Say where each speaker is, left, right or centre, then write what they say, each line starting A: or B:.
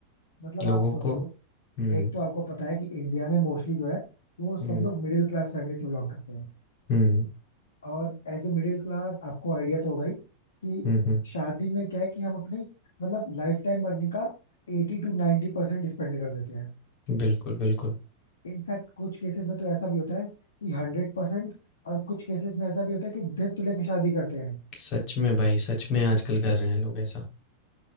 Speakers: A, on the left (about 65°); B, on the left (about 40°).
A: मतलब
B: लोगों
A: आप सोचो
B: को हुँ,
A: एक तो आपको पता है कि इंडिया में मोस्टली जो है वो
B: हुँ,
A: सब लोग मिडिल क्लास फैमिली से बिलोंग करते हैं
B: हुँ,
A: और एज ए मिडिल क्लास आपको आइडिया तो होगा ही कि
B: हुँ, हुँ।
A: शादी में क्या है कि हम अपनी मतलब लाइफ टाइम अर्निंग का एटी टू 90% परसेंट स्पेंड कर देते हैं
B: बिल्कुल, बिल्कुल।
A: इनफैक्ट कुछ केसेस में तो ऐसा भी होता है कि हंड्रेड परसेंट और कुछ केसेस में ऐसा भी होता है कि दत्त लेके शादी करते हैं
B: सच में भाई, सच में आजकल कर रहे हैं लोग ऐसा।